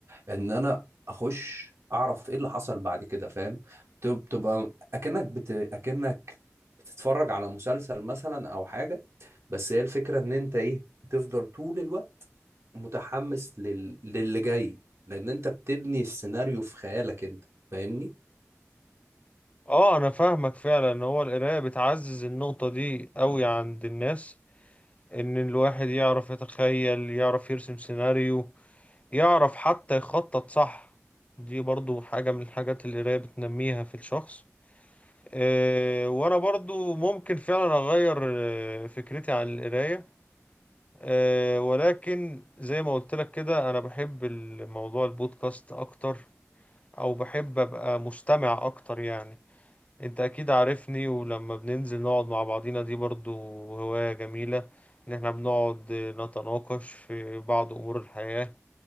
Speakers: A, on the right; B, on the left.
A: إن أنا أخش أعرف إيه اللي حصل بعد كده فاهم بت- بتبقى أكنك بت... أكنك بتتفرج على مسلسل مثلا أو حاجة بس هي الفكرة إن أنت إيه بتفضل طول الوقت متحمس لل... للي جاي لأن أنت بتبني السيناريو في خيالك أنت فاهمني؟
B: اه انا فاهمك فعلا ان هو القرايه بتعزز النقطه دي قوي عند الناس ان الواحد يعرف يتخيل يعرف يرسم سيناريو يعرف حتى يخطط صح دي برضو حاجه من الحاجات اللي القرايه بتنميها في الشخص أه وانا برضو ممكن فعلا اغير آه، فكرتي عن القرايه أه ولكن زي ما قلت لك كده انا بحب الموضوع البودكاست اكتر او بحب ابقى مستمع اكتر يعني انت اكيد عارفني ولما بننزل نقعد مع بعضينا دي برضو هواية جميلة ان احنا بنقعد نتناقش في بعض امور الحياة